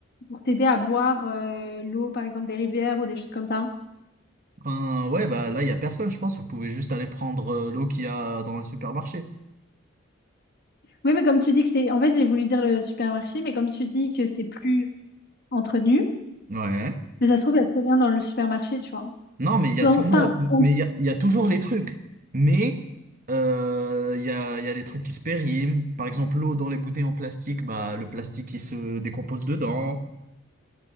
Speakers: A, on the left (about 50°); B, on the right (about 40°).
A: pour t'aider à boire euh, l'eau, par exemple, des rivières ou des choses comme ça.
B: ben ouais, bah là, il n'y a personne, je pense. Vous pouvez juste aller prendre euh, l'eau qu'il y a dans le supermarché.
A: Oui, mais comme tu dis que c'est. En fait, j'ai voulu dire le supermarché, mais comme tu dis que c'est plus entretenu,
B: Ouais.
A: mais ça se trouve, il n'y a plus rien dans le supermarché, tu vois.
B: Non, mais il y
A: Dans-
B: a toujours,
A: Enfin, on-
B: mais il y a, il y a toujours les trucs. Mais euh, il y a, il y a des trucs qui se périment. Par exemple, l'eau dans les bouteilles en plastique, bah, le plastique, il se décompose dedans.